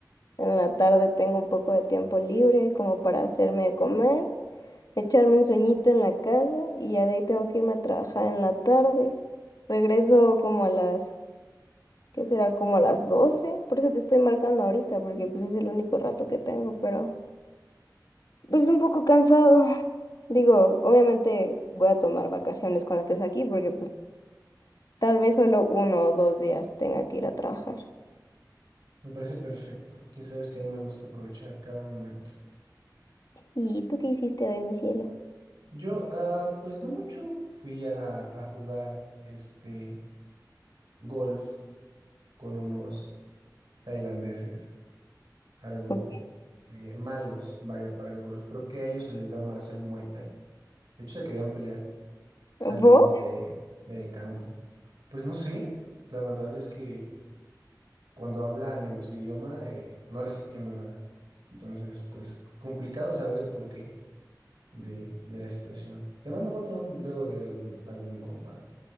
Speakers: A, on the left; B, on the right.
A: en la tarde tengo un poco de tiempo libre como para hacerme de comer. echarme un sueñito en la casa y ya de ahí tengo que irme a trabajar en la tarde. Regreso como a las, ¿qué será? Como a las doce Por eso te estoy marcando ahorita, porque pues es el único rato que tengo, pero pues un poco cansado. Digo, obviamente voy a tomar vacaciones cuando estés aquí, porque pues tal vez solo uno o dos días tenga que ir a trabajar.
B: Me parece perfecto. Ya sabes que a mí me gusta aprovechar cada momento.
A: ¿Y tú qué hiciste hoy, mi cielo?
B: Yo, ah, pues no mucho. Fui a, a jugar este golf con unos tailandeses. algo
A: Ok.
B: eh, malos, vaya, para el golf. Creo que a ellos se les da más el Muay Thai. De hecho, se querían pelear saliendo
A: ¿Vos?
B: de, del campo. Pues no sé, la verdad es que cuando hablan en su idioma eh, no les entiendo nada. Entonces, pues complicado saber el porqué de, de la situación. Te mando foto luego de algún, algún compa.